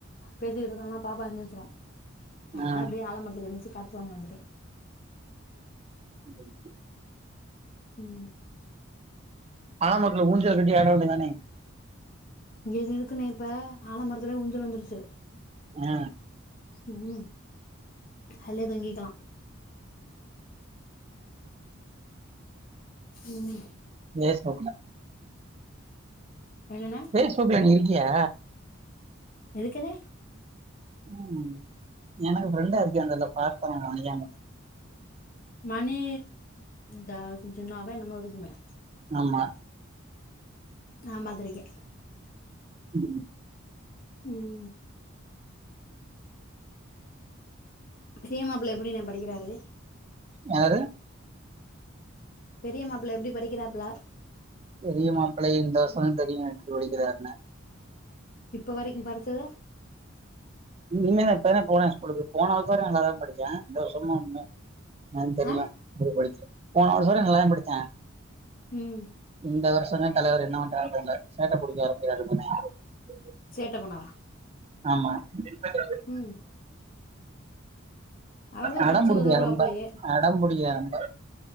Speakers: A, on the left; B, on the right.
A: பேசிட்டு இருக்காங்கன்னா பாப்பா எந்திருச்சிரும் அதனால
B: ஆ
A: அப்படியே ஆலமரத்துக்கு எந்திரிச்சி கட் <unintelligible> வந்துட்டேன்
B: மகிழ்ச்சி
A: உம்
B: ஆல மரத்துல ஊஞ்சல் கட்டி ஆட வேண்டி தானே
A: இங்க எதும் இருக்குன்னேப்பா ஆல மரத்துலே ஊஞ்சல் வந்துடுச்சு
B: அ
A: உம் அல்லே தங்கிக்கலா உம்
B: வேஸ்ட் நோட்ல
A: என்னண்ணா
B: பேரண்ட்ஸ் குரூப்ல நீ இருக்கியா
A: எதுக்குண்ணே
B: உம் எனக்கு ஃபிரெண்டா இருக்கியான்னு தெர்ல பாக்குறே நா <unintelligible>
A: மணி க ஜூன்னாதா என்னமோ இருக்குமே
B: ஆமா
A: நா பாத்திருக்கே
B: உம்
A: உம் சின்ன மாப்ள எப்டிணே படிக்கிறாரு
B: யாரு
A: பெரிய மாப்பிள எப்டி படிக்கறாப்ல
B: பெரிய மாப்பிளை இந்த வருஷந்தா தெரியும் எப்டி படிக்கிறார்ன்னு
A: இப்ப வரைக்கு படிச்சது
B: இனிமேதா என் பையனே போறா ஸ்கூலுக்கு போன வருஷம் வரையு நல்லாதா படிச்சா இந்த வருஷமு அது மாறி ஏன் தெர்ல
A: ஆ
B: அப்றோ படிச்சு போன வருஷம் வரை நல்லாதா படிச்சா
A: உம்
B: இந்த வருஷந்தா தலைவர் என்ன பண்றாருன்னு தெர்ல சேட்டை புடிக்க ஆரம்பிக்கறாரு <unintelligible>
A: சேட்டை பண்ணவா
B: ஆமா இருப்பே நானு
A: ம் அவர் தான்
B: அடம்
A: பிச்சு
B: புடிக்கிறா
A: உதருவாப்புலயே
B: ரொம்ப அடம் புடிக்கிறா ரொம்ப